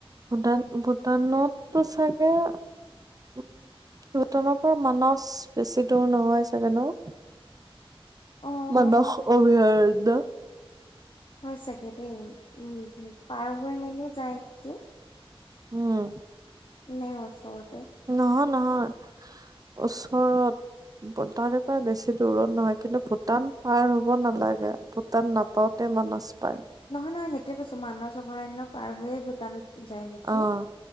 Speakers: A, on the right (about 40°); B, on the left (about 60°).
A: ভূটান,
B: উম।
A: ভূটানত তটো চাগে উম, ভূটানৰ পৰা মানস বেছি দূৰ নহয় চাগে ন'?
B: অ
A: মানস অভয়াৰণ্য।
B: হয় চাগে দেই, উম। উম, পাৰ হৈ মেলি যায় নেকি।
A: উম।
B: নে ওচৰ
A: নহয়, নহয়। ওচৰত তাৰে পৰা বেছি দূৰত নহয় কিন্তু ভূটান পাৰ হ'ব নালাগে ভূটান নাপাওঁতে মানস। পাই
B: নহয়, নহয় হে টোৱে কৈছো মানস অভয়াৰণ্য পাৰ হৈয়ে ভূটান যায় নেকি?
A: অ',